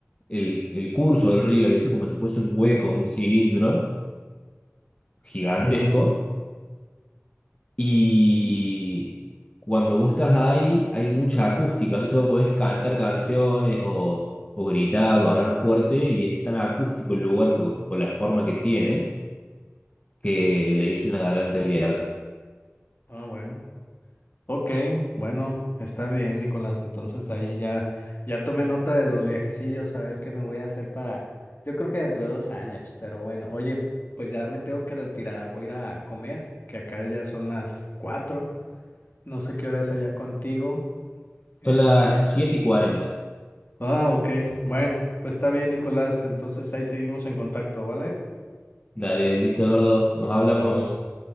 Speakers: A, on the left; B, on the left.
A: el, el curso del río, ¿viste? Como si fuese un hueco, un cilindro gigantesco.
B: ujú.
A: Y cuando vos estás ahí, hay mucha acústica, entonces vos podés cantar canciones o, o gritar o hablar fuerte y es tan acústico el lugar por por la forma que tiene que le dicen la garganta del diablo.
B: Ah, bueno. Ok, bueno, está bien, Nicolás. Entonces ahí ya, ya tomé nota de los viajecillos, a ver qué me voy a hacer para, yo creo que dentro de dos años, pero bueno, oye, pues ya me tengo que retirar, voy a ir a comer, que acá ya son las cuatro, no sé qué hora es allá contigo, este.
A: Son las 7 y cuarenta.
B: Ah, ok, bueno, pues está bien, Nicolás, entonces ahí seguimos en contacto, ¿vale?
A: Dale, listo, Eduardo. Nos hablamos.
B: Hasta luego.